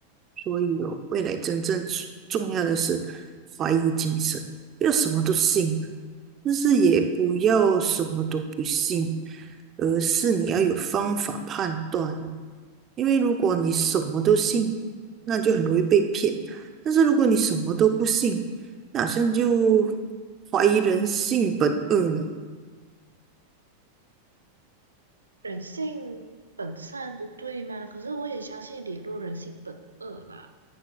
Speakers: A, on the right; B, on the right.
A: 所以哦，未来真正重要的是怀疑精神，不要什么都信，但是也不要什么都不信，
B: 嗯，
A: 而是你要有方法判断。因为如果你什么都信，那就很容易被骗；但是如果你什么都不信，那好像就怀疑人性本恶了。
B: 人性本善不对吗？可是我也相信理论人性本恶啦。